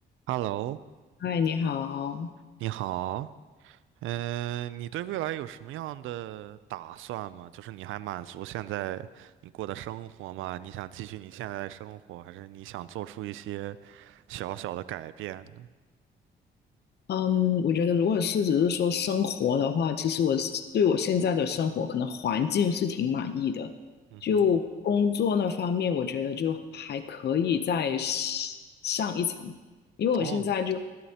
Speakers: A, on the right; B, on the left.
A: Hello，
B: 嗨，你好。
A: 你好，嗯、你对未来有什么样的打算吗？就是你还满足现在你过的生活吗？你想继续你现在的生活，还是你想做出一些小小的改变呢？
B: 嗯，我觉得如果是只是说生活的话，其实我是对我现在的生活可能环境是挺满意的。
A: 嗯哼，
B: 就工作那方面，我觉得就还可以再上上一层，因为我现在就
A: 哦，